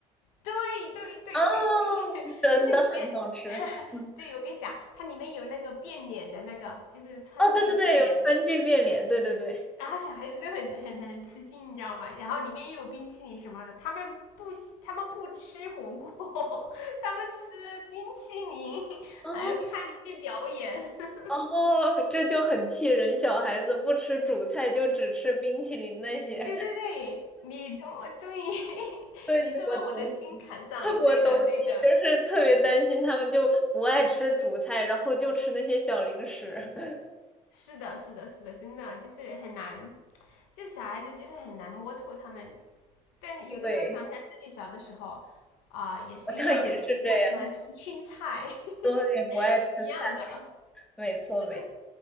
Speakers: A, on the left (about 80°); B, in the centre.
A: 对对对对对，
B: 啊，
A: <laughs>
B: 真的很好吃。
A: 就是里面，<laughs>
B: 嗯。
A: 对，我跟你讲，它里面有那个变脸的那个，就是川剧变脸，
B: 哦，对对对，有川剧变脸，对对对。
A: 然后小孩子都很很很吃惊，你知道吗？然后里面又有冰淇淋什么的，他们不喜他们不吃火锅，<laughs> 他们吃冰淇淋，
B: 哦
A: 还要看剧表演。<laughs>
B: 哦，这就很气人，小孩子不吃主菜，就只吃冰淇淋那些。<laughs>
A: 对对对，你终终于 <laughs>
B: 对，
A: 你说到我的心坎上了，
B: 我懂，<laughs>
A: 对的对的。
B: 我懂你，就是特别担心他们就不爱吃主菜，然后就吃那些小零食。<laughs>
A: 是的，是的，是的，真的就是很难，就小孩子就是很难摸透他们的。但有的时候想想自己小的时候，
B: 对，
A: 啊、也是一样的，
B: 好像也是这样。
A: 就是不喜欢吃青菜，
B: 对，
A: <laughs>
B: 不爱吃菜，
A: 一样的，
B: 没错没错。
A: 就是